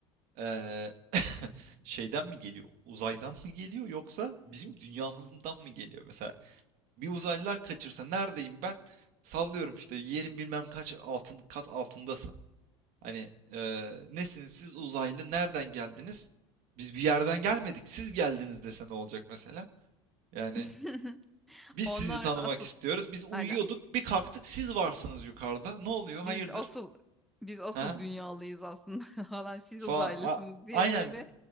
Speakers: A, on the right; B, in the centre.
A: eee, <laughs> şeyden mi geliyor? Uzaydan mı geliyor yoksa bizim dünyamızdan mı geliyor? Mesela bir uzaylılar kaçırsa neredeyim ben? Sallıyorum işte yerin bilmem kaç altın kat altındasın. Hani eee nesiniz siz uzaylı nereden geldiniz? Biz bir yerden gelmedik. Siz geldiniz dese ne olacak mesela? Yani
B: <laughs>
A: biz
B: Onlar
A: sizi tanımak
B: asıl
A: istiyoruz. Biz uyuyorduk,
B: aynen
A: bir kalktık siz varsınız yukarıda. Ne oluyor?
B: biz
A: Hayırdır?
B: asıl biz asıl
A: Ha?
B: dünyalıyız aslında <laughs> falan siz
A: falan.
B: uzaylısınız
A: A-
B: diye
A: aynen
B: böyle